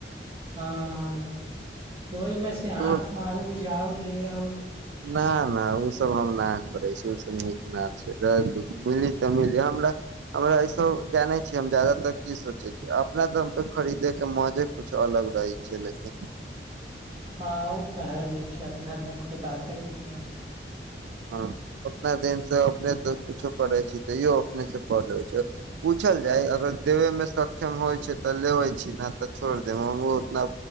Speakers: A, on the right; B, on the right.
A: हँ ओहिमे
B: एको
A: से हाथ मारू जाउ ले आउ
B: न नहि ओ सब हम न करै छी ओसभ नीक न छै मिली तऽ मिली हमरा हमरा स जाने छी हम जदातर की सोचे छी अपना दाम पे खरीदे के मजे कुछ अलग रहे छै च ल
A: हँ ओ तऽ हे ले छै अपना दाम के बाते कुछ आर छै
B: हँ अपना देिन से अपने कुछो करै छी तैयो अपने से कलइ छै पूछल जाय अगर देबेमे सक्षम होइ छै तऽ लेबै छी नहि तऽ छोड़ देब हमर उतना